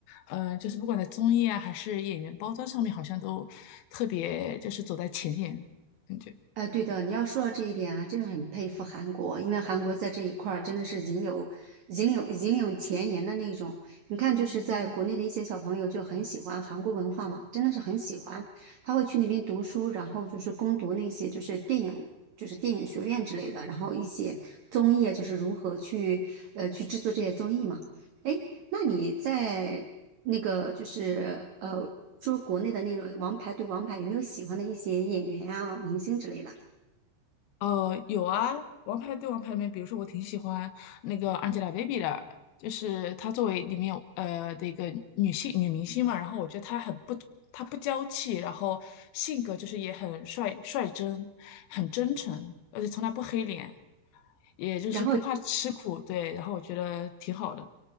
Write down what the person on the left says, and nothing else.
呃，就是不管在综艺啊还是演员包装上面，好像都特别就是走在前沿，感觉。
呃，有啊，《王牌对王牌》里面，比如说我挺喜欢那个 Angelababy 的，就是她作为里面有呃的一个女性女明星嘛，然后我觉得她很不她不娇气，然后性格就是也很率率真，很真诚，而且从来不黑脸，也就是不怕吃苦，
对，然后我觉得挺好的。